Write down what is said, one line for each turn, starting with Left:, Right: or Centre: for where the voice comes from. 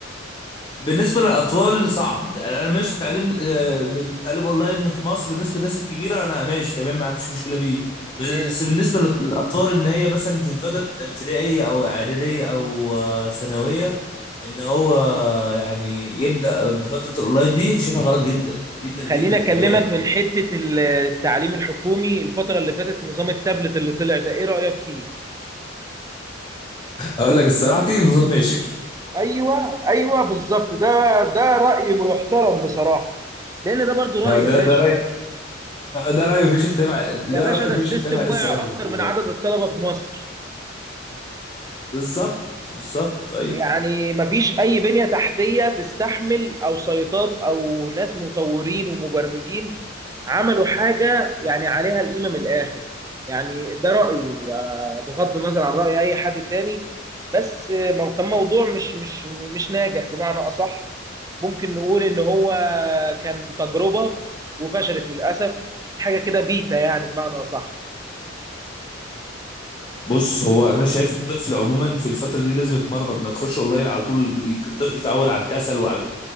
Left: بالنسبه للاطفال صعب انا ماشي التعليم آه، بالتعليم اونلاين في مصر بالنسبه للناس الكبيره انا ماشي تمام ما عنديش مشكله فيه بس
Right: مم.
Left: بالنسبه للاطفال ان هي مثلا في فتره ابتدائيه او اعداديه او آه، ثانويه ان هو يعني يبدا بفتره الاونلاين دي شايفها غلط جدا جدا
Right: خليني
Left: جدا كمان
Right: اكلمك من حته التعليم الحكومي الفتره اللي فاتت نظام التابلت اللي طلع ده ايه رايك فيه
Left: اقول لك الصراحه نظام فاشل
Right: ايوه ايوه بالظبط ده ده راي محترم بصراحه لان ده برضو راي يا
Left: ده
Right: باشا
Left: ده رأي ده رأي مفيش اختلاف ع- ده
Right: يا باشا
Left: رأي
Right: ده
Left: مفيش
Right: السيستم
Left: اختلاف عليه
Right: وقع
Left: الصراحة
Right: اكتر
Left: المفروض
Right: من
Left: يعني
Right: عدد الطلبه في مصر
Left: بالظبط بالظبط أي
Right: يعني مفيش اي بنيه تحتيه تستحمل او سيطات او ناس مطورين ومبرمجين عملوا حاجه يعني عليها القيمه من الاخر يعني ده رايي آه، بغض النظر عن راي اي حد تاني بس آه، مو- كان موضوع مش مش مش ناجح بمعنى اصح ممكن نقول ان هو كان تجربه وفشلت للاسف حاجه كده بيتا يعني بمعنى اصح
Left: بص هو أنا شايف الطفل عموما في الفترة دي لازم يتمرمط ما تخش أونلاين على طول الطفل يتعود على الكسل وعلى